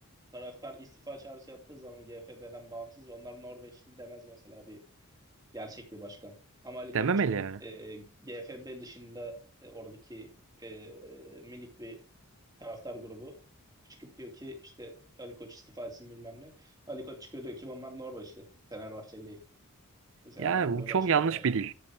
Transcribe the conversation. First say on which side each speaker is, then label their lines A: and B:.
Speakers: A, on the right; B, on the right.
A: Taraftar istifa çağrısı yaptığı zaman GFB'den bağımsız onlar Norveçli demez mesela bir gerçek bir başkan. Ama Ali Koç
B: Dememeli
A: çıkıp
B: yani.
A: e, GFB dışında e, oradaki e, minik bir taraftar grubu çıkıp diyor ki işte Ali Koç istifa etsin bilmem ne. Ali Koç çıkıyor diyor ki bunlar Norveçli, Fenerbahçeli değil. Mesela
B: Yani
A: anladın mı? Böyle
B: bu çok
A: açıklamalar
B: yanlış
A: yap.
B: bir dil.